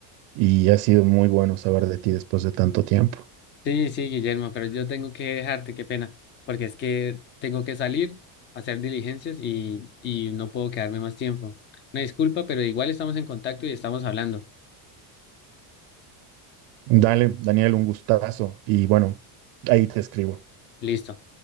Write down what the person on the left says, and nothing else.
Sí, sí, Guillermo, pero yo tengo que dejarte, qué pena, porque es que tengo que salir a hacer diligencias y, y no puedo quedarme más tiempo. Una disculpa, pero igual estamos en contacto y estamos hablando.
Listo.